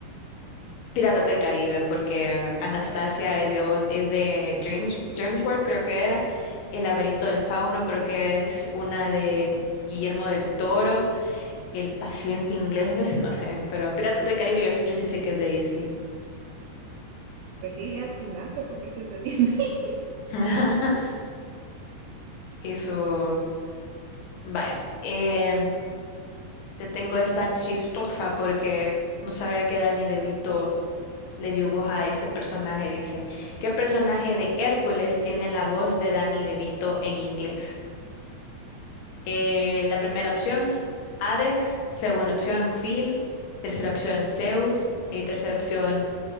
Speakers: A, on the left; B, on the right.
A: Piratas del Caribe, porque Anastasia es de, ot- es de Dreams, DreamWorks, creo que era. El laberinto del fauno, creo que es una de Guillermo del Toro. El paciente inglés, eso sí no sé, pero Piratas del Caribe yo, yo sí sé que es de Disney.
B: Pues sí, le atinaste porque se te Disney <laughs>
A: <laughs> Eso, vaya. em, te tengo esta chistosa porque no sabía que Danny DeVito le dio voz a este personaje, dice, ¿qué personaje de Hércules tiene la voz de Danny DeVito en inglés? Eh, la primera opción, Hades, segunda opción, Phil, tercera opción, Zeus y tercera opción,